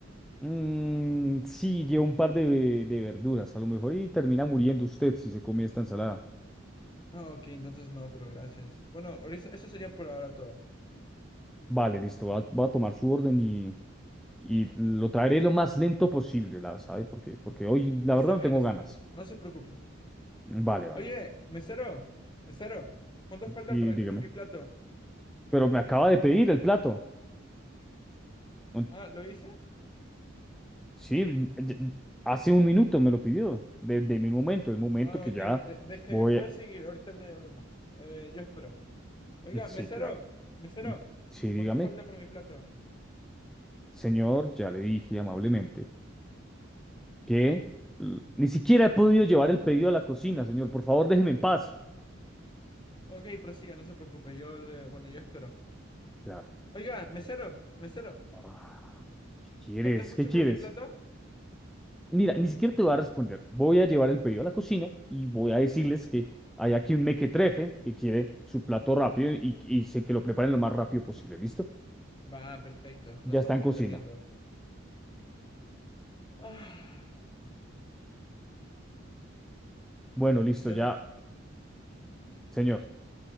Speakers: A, in the centre; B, on the left.
A: Mm, sí, lleva un par de, de verduras, a lo mejor, y termina muriendo usted si se come esta ensalada.
B: Ah, ok, entonces no, pero gracias. Bueno, ahorita- eso sería por ahora todo.
A: Vale, listo, va, va a tomar su orden y, y lo traeré lo más lento posible, la sabe, porque, porque hoy la
B: Está
A: verdad no
B: bien,
A: tengo
B: está
A: ganas.
B: bien. No se preocupe.
A: Mm, Vale, vale.
B: Oye, mesero, mesero, ¿cuánto falta
A: Sí,
B: para
A: dígame.
B: que esté mi plato?
A: Pero me acaba de pedir el plato. Un-
B: Ah, ¿lo hice?
A: Sí, ya- hace un minuto me lo pidió, de, de mi momento, el momento
B: Ah,
A: que
B: ok,
A: ya
B: de- deje,
A: voy
B: puedes
A: a...
B: seguir, ahorita le ordeno. Eh, yo espero. Oiga,
A: mm, Sí,
B: mesero,
A: claro.
B: mesero,
A: Mm, Sí,
B: ¿cuánto
A: dígame.
B: falta por mi plato?
A: Señor, ya le dije amablemente que mm, ni siquiera he podido llevar el pedido a la cocina, señor. Por favor, déjeme en paz.
B: Ok, prosiga, no se preocupe, yo le, bueno, yo espero.
A: Claro.
B: Oiga, mesero, mesero,
A: Ah, ¿qué quieres?
B: ¿falta mucho
A: ¿Qué quieres?
B: para mi plato?
A: Mira, ni siquiera te voy a responder. Voy a llevar el pedido a la cocina y voy a decirles que hay aquí un mequetrefe que quiere su plato rápido y, y sé que lo preparen lo más rápido posible. ¿Listo?
B: Va, perfecto.
A: Ya
B: Nos estamos
A: está en cocina.
B: entendiendo. Ah,
A: Bueno, listo,
B: mesero,
A: ya, señor.